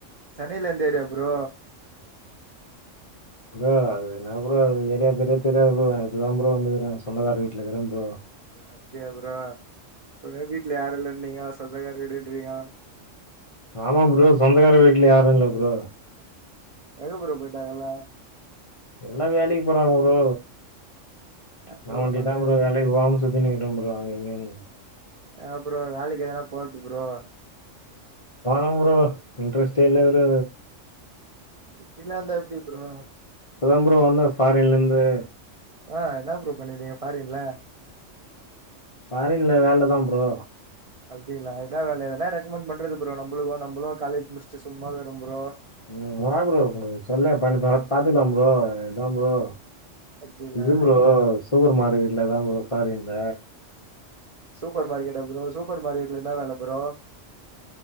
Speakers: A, on the right (about 55°); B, on the left (about 40°).
A: சென்னையில எந்த ஏரியா ப்ரோ
B: ப்ரோ அது என்னா ப்ரோ அது ஏரியா பேரே தெரியாது ப்ரோ நா இப்ப தா ப்ரோ வந்துக்கிற சொந்தக்காரு வீட்லக்கிற ப்ரோ
A: அப்டியா ப்ரோ அப்பவே வீட்ல யாரு இல்லன்னீங்க சொந்தக்கார வீடுன் றீங்க
B: ஆமா ப்ரோ சொந்தக்காரு வீட்ல யாரு இல்ல ப்ரோ
A: எங்க ப்ரோ போய்ட்டாங்கெல்லா
B: எல்லா வேலைக்கு போறாங்க ப்ரோ நா
A: ப்ரோ
B: வொண்டிதா
A: பண்றது
B: ப்ரோ வேலைக்கு போவாம சுத் தின்னுகிட்ட ப்ரோ அங்க இங்கனு
A: அ ப்ரோ வேலைக்கு எதுனா போறத்து ப்ரோ
B: போனு ப்ரோ இன்ட்ரெஸ்ட்டே இல்ல ப்ரோ
A: இப்டில்லாந்தா எப்டி ப்ரோ
B: இப்பதா ப்ரோ வந்த ஃபாரின்லந்து
A: ஆ என்ன ப்ரோ பண்ணிருந்தீங்க ஃபாரின்ல
B: ஃபாரின்ல வேலதா ப்ரோ
A: அப்டிங்ளா என்னா வேல ஏதுனா ரெக்கமண் பண்றது ப்ரோ நம்புளுக்கு நம்புளு காலேஜ் முச்ட்டு சும்மாக்கிரோ ப்ரோ
B: ம் வா ப்ரோ சொல்லே பண்ணு பா பாத்துக்லா ப்ரோ இதா ப்ரோ
A: அப்டிங்களா
B: இது ப்ரோ சூப்பர் மார்க்கெட்ல தா ப்ரோ ஃபாரின்ல
A: சுப்பர் மாகெட்டா ப்ரோ சுப்பர் மார்கெட்ல இன்னா வேல ப்ரோ